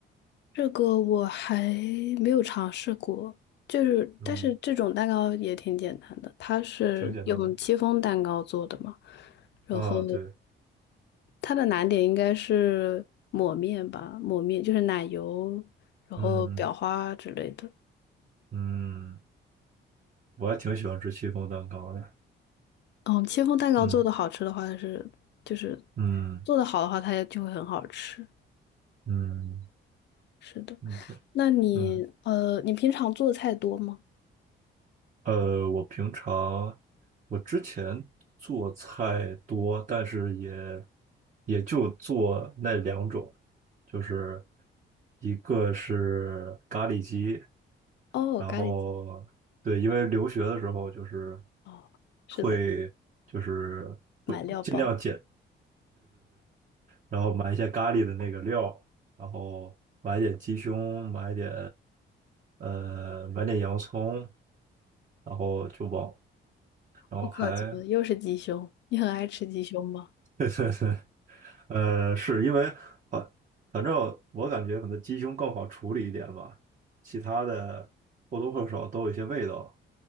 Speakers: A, on the left; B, on the right.
A: 这个我还没有尝试过，就是但是这种蛋糕也挺简单的，
B: 嗯，
A: 它是用戚风蛋糕做的嘛，
B: 挺简单的
A: 然后
B: 啊，对，
A: 它的难点应该是抹面吧，抹面就是奶油，然后裱花之类的。
B: 嗯嗯，我还挺喜欢吃戚风蛋糕的。
A: 嗯，戚风蛋糕做的好吃的话，
B: 嗯
A: 它是就是
B: 嗯
A: 做的好的话，它也就会很好吃。
B: 嗯
A: 是的，
B: 嗯，对，
A: 那你呃，
B: 嗯。
A: 你平常做菜多吗？
B: 呃，我平常我之前做菜多，但是也也就做那两种，就是一个是咖喱鸡，
A: 哦，
B: 然后对，
A: 咖喱鸡。
B: 因为留学的时候就是
A: 哦，是的，
B: 会就是会尽量简，
A: 买料包。
B: 然后买一些咖喱的那个料，然后买点鸡胸，买点呃买点洋葱，然后就往。然后还
A: 我靠，怎么又是鸡胸？你很爱吃鸡胸吗？
B: <laughs> 呃，是因为反反正我感觉可能鸡胸更好处理一点吧，其他的或多或少都有一些味道，